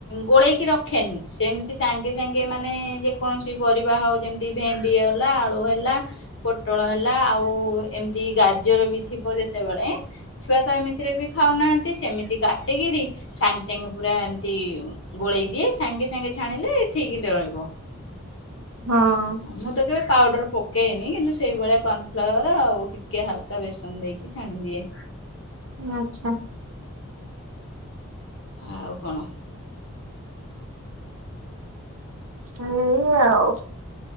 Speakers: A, on the left (about 60°); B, on the right (about 80°).
A: ଗୋଳେଇକି ରଖ ଖେନି ସେମିତି ସାଙ୍ଗେ ସାଙ୍ଗେମାନୋନେ ଯେକୌଣସି ପରିବା ହେଉ ଯେମତି ଭେଣ୍ଡି ହେଲା ଆଳୁ ହେଲା ପୋଟଳ ହେଲା ଆଉ ଏମିତି ଗାଜର ବି ଥିବ ଯେତେବେଳେ ଛୁଆ ତ ଏମିତିରେ ବି ଖାଉନାହାନ୍ତି। ସେମିତି କାଟିକିରି ସାଙ୍ଗେ ସାଙ୍ଗେ ପୁରା ଏମିତି ଗୋଳେଇ ଦିଏ ସାଙ୍ଗେ ସାଙ୍ଗେ ଛାଣିଲେ ଠିକ ରହିବ।
B: ହଁ।
A: ମୁଁ ତ କେବେ ପାଉଡ଼ର ପକାଇନି କିନ୍ତୁ ସେଇଭଳିଆ କର୍ଣ୍ଣଫ୍ଲାୱର ଆଉ ଟିକେ ହାଲକା ବେସନ ଦେଇକି ଛାଣିଦିଏ।
B: ଆଚ୍ଛା।
A: ଆଉ କଣ?
B: ସେଇ ଆଉ